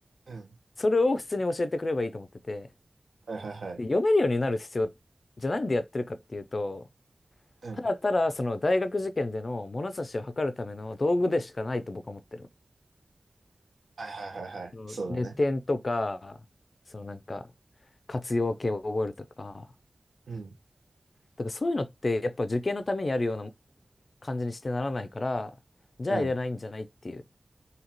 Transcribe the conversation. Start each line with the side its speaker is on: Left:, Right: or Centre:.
Right: うん。
Left: それを普通に教えてくれればいいと思ってて、
Right: はいはいはい。
Left: で、読めるようになる必要、じゃあなんでやってるかっていうと、
Right: うん。
Left: ただただその大学受験での物差しを測るための道具でしかないと僕は思ってる。
Right: はいはいはいはい。
Left: うんレ点とか、
Right: そうだね。
Left: そのなんか、活用形を覚えるとか、
Right: うん。
Left: だからそういうのってやっぱ受験のためにあるような感じにしてならないから、じゃあいらないんじゃないっていう。
Right: うん。